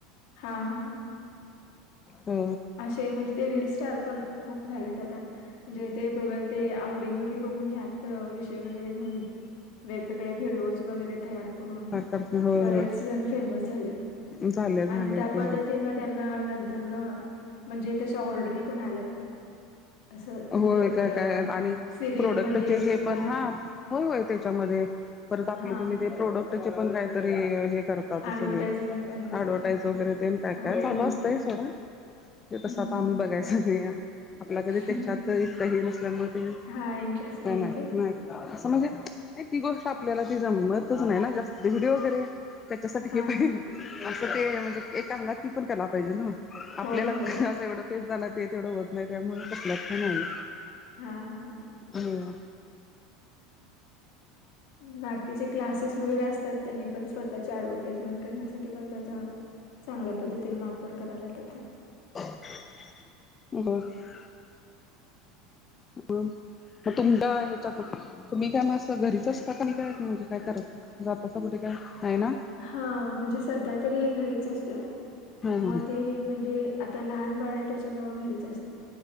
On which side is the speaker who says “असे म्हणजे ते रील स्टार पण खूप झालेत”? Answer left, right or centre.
Left